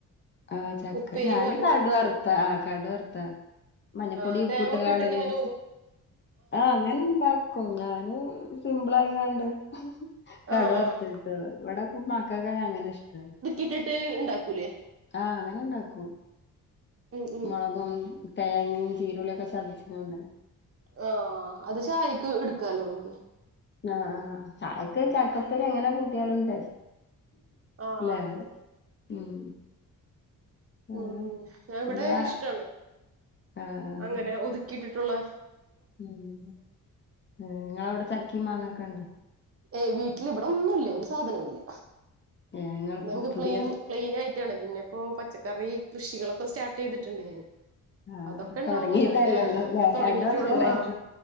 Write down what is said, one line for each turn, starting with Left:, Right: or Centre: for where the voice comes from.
Left: ആഹ് ചക്ക
Right: ഉപ്പേരി
Left: ഞാന്
Right: പോലെ
Left: കടുവറത്താ
Right: ഉണ്ടാക്കും
Left: ആഹ് കടു വറത്താ മഞ്ഞപ്പൊടിം
Right: ആഹ്
Left: ഉപ്പൂട്ട്
Right: തേങ്ങൊക്കെ
Left: കാണ്ട്
Right: ഇട്ടിട്ട്
Left: വേവിച്ച്
Right: ഇങ്ങനെ
Left: ആഹ് അങ്ങനെണ്ടാ ക്കും ഞാന് സിമ്പിൾ ആയിങ്ങാണ്ട് കടു
Right: ആഹ്
Left: വറത്തിട്ട്
Right: ആഹ്
Left: ഇവിടെ പ്പൊ മക്കക്കൊക്കെ അങ്ങനാ ഇഷ്ടം
Right: ഇതിട്ട് ഇണ്ടാക്കൂലേ
Left: ആഹ് അങ്ങനെണ്ടാക്കും
Right: ഉം ഉം
Left: മൊളകും തേങ്ങയും ജീനുളളിയൊക്കെ ചതച്ചിങ്ങാണ്ട്
Right: ഓഹ് അത് ചായക്ക് എടുക്കാലോ മക്ക്
Left: ന ആഹ് ചായക്ക് ചക്കുപ്പേരി അങ്ങനെ കൂട്ടിയാലും ടെ
Right: ആഹ്
Left: ഇല്ലേ
Right: അതെ അതെ
Left: ഉം വേറെ
Right: ഉം ഞാവിടെ
Left: ഇങ്ങളെ
Right: ഇഷ്ടാണ്
Left: ആഹ് ആഹ്
Right: അങ്ങനെ ഒതുക്കിട്ടിട്ടുള്ള
Left: ഉം ങ്ങളവടെ ചക്കിം മാങ്ങയൊക്കെ ണ്ടോ
Right: ഏയ് വീട്ടില് ഇവിടെ ഒന്നുല്ല ഒരു സാധനോം ല്ല
Left: ഏഹ് ഇങ്ങൾ
Right: ഞങ്ങക്ക്
Left: പുതിയ
Right: ക്ലീൻ ക്ലീനായിട്ട് ട്ടാണ് പിന്നിപ്പോ പച്ചക്കറി കൃഷികളൊക്കെ സ്റ്റാർട്ട് ചെയ്തിട്ട്ണ്ട് ഞാന്
Left: ആഹ്
Right: അതൊക്കെ ണ്ടാവല്ലോ
Left: തൊടങ്ങിട്ടല്ലേ
Right: അത്
Left: ഒള്ളൂ ല്ലേ
Right: തൊടങ്ങീട്ടൊള്ളു
Left: രണ്ട് വർഷല്ലായിട്ടുള്ളൂ
Right: ആ